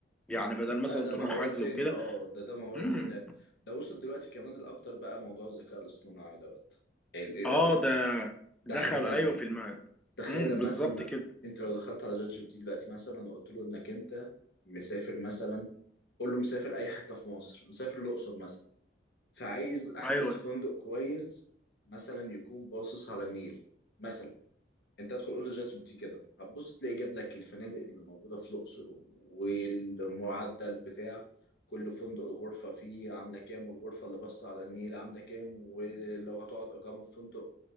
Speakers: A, in the centre; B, on the left.
A: يعني بدل
B: لا
A: مثلا
B: ده
A: تروح
B: موال
A: حجز
B: تاني
A: وكده
B: اه ده ده موال
A: مم.
B: تاني ده وصل دلوقتي كمان الاكتر بقى موضوع الذكاء الاصطناعي دوت ال AI
A: اه ده
B: ده
A: دخل
B: حاجة تانية
A: ايوه في الم...
B: تخيل
A: امم
B: لما
A: بالظبط
B: مثلا
A: كده
B: انت لو دخلت على جات جي بي تي دلوقتي مثلا وقلت له انك انت مسافر مثلا قول له مسافر اي حتة في مصر مسافر الاقصر مثلا فعايز احجز
A: ايوه
B: فندق كويس مثلا يكون باصص على النيل مثلا انت ادخل قول له جات جي بي تي كده هتبص تلاقي جاب لك الفنادق اللي موجودة في الاقصر والمعدل بتاع كل فندق الغرفة فيه عاملة كام والغرفة اللي باصة على النيل عاملة كام ولو هتقعد إقامة في فندق